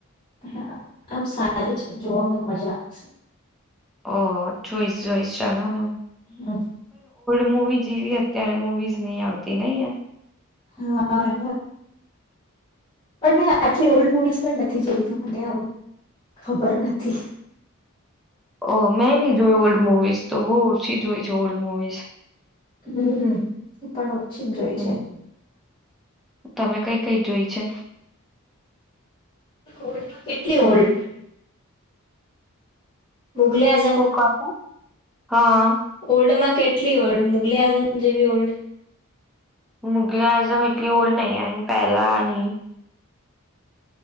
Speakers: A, on the left (about 25°); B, in the centre.
A: હા આમ સારી છે જોવાવામાં મજા આવશે
B: ઓહ જોઈસ જોઈસ ચાલોન
A: હ
B: મવી જેવી અત્યારે મવીઝ નહી આવતી નહી યાર
A: હા એ પણ મેં આટલી ઓલ્ડ મુવીઝ પણ નથી જોઈતું મને આ <unintelligible> નથી
B: ઓ મેં નહ જોયું ઓલ્ડ મુવીઝ તો બહુ ઓછી જોઈ છે ઓલ્ડ મુવીઝ
A: હમ એ પણ પણ ચિજઈ
B: હમ
A: છે,
B: તમે કઈ કઈ જોઈ છે.
A: ઓલ્ડમાં કેટલી ઓલ્ડ મુઘલે આઝમ
B: શું કહો છો હા
A: ઓલ્ડ માં કેટલી ઓલ્ડ મુગલી આઝમ જેવી ઓલ્ડ
B: મુગલી આઝમ એટલી ઓલ નહી એ પહેલાની